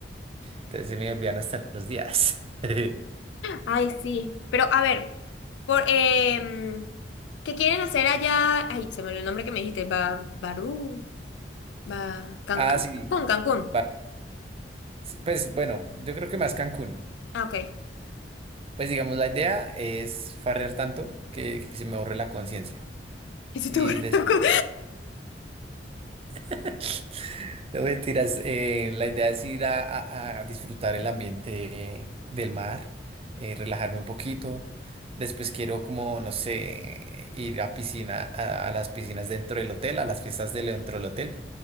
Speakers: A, on the right; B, on the left.
A: Entonces se me olvidan hasta los días. <laughs>
B: Ay, sí. Pero a ver, por, em, ¿qué quieren hacer allá? Ay, se me olvidó el nombre que me dijiste. Ba, Barú, Ba, Can-
A: Ah, sí,
B: Cancún, Cancún.
A: vale. Sí, Pues bueno, yo creo que más Cancún.
B: Ah, ok. ¿Qué
A: Pues digamos, la idea es farrear tanto que, que se me borre la conciencia.
B: hiciste?
A: Y
B: <laughs>
A: después,
B: Barú?
A: <laughs> no mentiras, eh, la idea es ir a, a- a disfrutar el ambiente del mar, eh, relajarme un poquito. Después quiero como, no sé, ir a piscina, a, a las piscinas dentro del hotel, a las fiestas de dentro del hotel,